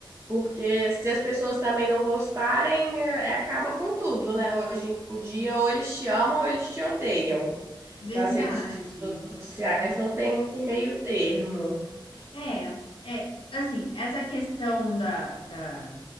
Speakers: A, on the right (about 30°); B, on the left (about 80°).
A: porque se as pessoas também não gostarem, é, é, acaba com tudo, né? Hoje em dia, ou eles te amam ou eles te odeiam.
B: verdade.
A: Nas redes sociais não tem muito meio termo.
B: É, é, assim, essa questão da, da,